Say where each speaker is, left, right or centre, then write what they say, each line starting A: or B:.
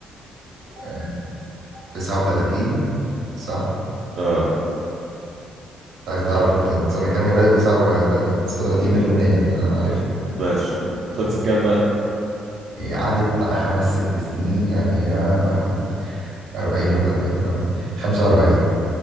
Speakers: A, on the right (about 80°); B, on the right (about 60°).
A: آه. 39 صح؟
B: اه
A: انت عايز تعرف سنة كام هي بدأت 39 100% يعني انا عارفها
B: ماشي خلصت كام بقى
A: هي قعدت بتاع خمس ست سنين يعني آه، واحد 40 41 42 45